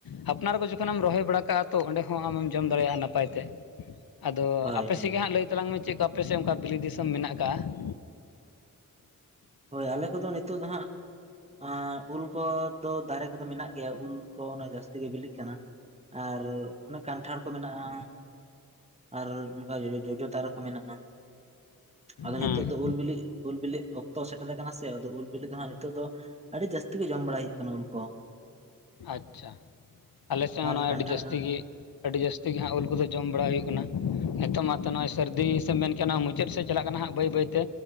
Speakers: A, on the left (about 85°); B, on the right (about 20°).
A: ᱟᱯᱱᱟᱨ ᱠᱚ ᱡᱚᱠᱷᱚᱱᱮᱢ ᱨᱚᱦᱚᱭ ᱵᱟᱲᱟ ᱠᱟᱜ-ᱟ ᱛᱚ ᱚᱸᱰᱮ ᱦᱚᱸ ᱟᱢᱮᱢ ᱡᱚᱢ ᱫᱟᱲᱮᱭᱟᱜ-ᱟ ᱱᱟᱯᱟᱭ ᱛᱮ ᱟᱫᱚ
B: ᱦᱳᱭ
A: ᱟᱯᱮᱥᱮᱜ
B: ᱦᱳᱭ
A: ᱜᱮ ᱦᱟᱸᱜ ᱞᱟᱹᱭ ᱛᱟᱞᱟᱝ ᱢᱮ ᱪᱮᱜ ᱠᱚ ᱟᱯᱮ ᱥᱮᱜ ᱚᱱᱠᱟ ᱵᱤᱞᱤ ᱫᱤᱥᱚᱢ ᱢᱮᱱᱟᱜ ᱟᱠᱟᱜ-ᱟ᱾
B: ᱦᱚᱭ ᱟᱞᱮ ᱠᱚᱫᱚ ᱱᱤᱛᱚᱜ ᱫᱚ ᱦᱟᱸᱜ ᱟᱸ ᱩᱞ ᱠᱚ ᱫᱚ ᱫᱟᱨᱮ ᱠᱚᱫᱚ ᱢᱮᱱᱟᱜ ᱜᱮᱭᱟ ᱩᱞ ᱠᱚ ᱚᱱᱟ ᱡᱟᱹᱥᱛᱤ ᱜᱮ ᱵᱤᱞᱤᱜ ᱠᱟᱱᱟ᱾ ᱟᱨ ᱚᱱᱮ ᱠᱟᱱᱴᱷᱟᱲ ᱠᱚ ᱢᱮᱱᱟᱜ-ᱟ᱾ ᱟᱨ ᱚᱱᱠᱟ ᱡᱚᱡᱚ ᱡᱚᱡᱚ ᱫᱟᱨᱮ ᱠᱚ ᱢᱮᱱᱟᱜ-ᱟ᱾ ᱟᱫᱚ ᱱᱤᱛᱚᱜ
A: ᱦᱮᱸ
B: ᱫᱚ ᱩᱞ ᱵᱤᱞᱤ ᱩᱞ ᱵᱤᱞᱤ ᱚᱠᱛᱚ ᱥᱮᱴᱮᱨ ᱟᱠᱟᱱᱟ ᱥᱮ ᱟᱫᱚ ᱩᱞ ᱵᱤᱞᱤ ᱫᱚ ᱦᱟᱜ ᱱᱤᱛᱚᱜ ᱫᱚ ᱟᱹᱰᱤ ᱡᱟᱹᱥᱛᱤ ᱜᱮ ᱡᱚᱢ ᱵᱟᱲᱟᱭ ᱦᱩᱭᱩᱜ ᱠᱟᱱᱟ ᱩᱞ ᱠᱚ
A: ᱟᱪᱪᱷᱟ ᱟᱞᱮ ᱥᱮᱫ ᱦᱚᱸ
B: ᱟᱨ
A: ᱱᱚᱜᱚᱭ
B: ᱠᱟᱱᱴᱷᱟᱲ
A: ᱟᱹᱰᱤ ᱡᱟᱹᱥᱛᱤ ᱜᱮ ᱟᱹᱰᱤ ᱡᱟᱹᱥᱛᱤ ᱜᱮ ᱦᱟᱸᱜ ᱩᱞ ᱠᱚᱫᱚ ᱡᱚᱢ ᱵᱟᱲᱟ ᱦᱩᱭᱩᱜ, ᱠᱟᱱᱟ ᱱᱤᱛᱚᱜ ᱢᱟᱛᱚ ᱱᱚᱜᱼᱚᱭ ᱥᱟᱹᱨᱫᱤ ᱥᱮᱢ ᱢᱮᱱ ᱠᱮᱜᱟ ᱢᱩ ᱪᱮᱫ ᱥᱮᱫ ᱪᱟᱞᱟᱜ ᱠᱟᱱᱟ ᱦᱟᱸᱜ ᱵᱟᱹᱭ ᱵᱟᱹᱭ ᱛᱮ